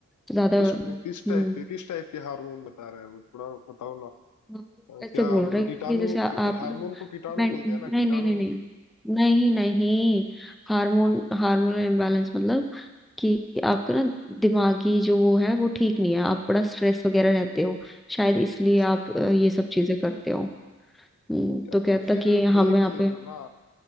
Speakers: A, in the centre; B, on the left.
A: ज्यादा
B: किस
A: हम्म
B: किस टाइप के किस टाइप के हार्मोन बता रहे हैं वो थोड़ा बताओ ना
A: आप
B: अ,
A: ऐसे
B: क्या
A: बोल
B: मतलब
A: रहे हैं
B: कीटाणु
A: कि जैसे आ, आप
B: हार्मोन
A: ना
B: को कीटाणु
A: मैं
B: बोलते हैं ना
A: नहीं
B: कीटाणु
A: नहीं नहीं नहीं नहीं
B: हम्म,
A: नहीं हार्मोन हार्मोनल इम्बैलेंस मतलब कि आपका ना दिमागी जो वो है वो ठीक नहीं है आप बड़ा स्ट्रेस वगैरह रहते हो शायद इसलिए
B: अच्छा
A: आप अ, ये सब चीजें करते हो हम्म,
B: यार
A: तो कहता
B: तो फिर
A: कि हम
B: ब्रेक
A: यहाँ
B: ले
A: पे
B: लो ना